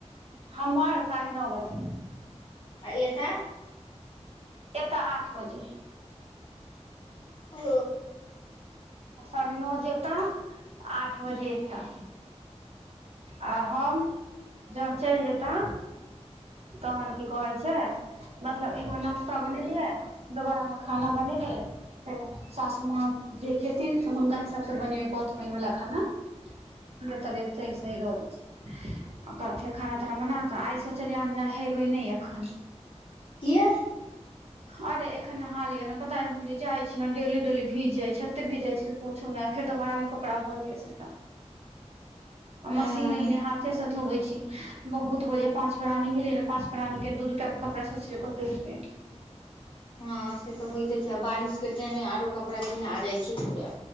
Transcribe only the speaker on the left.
आ एता
ओ
ह
किये
अं
हँ से तऽ होइते छै आ बारिशके टाईमे आरो कपड़ा घिना जाइ छै पूरा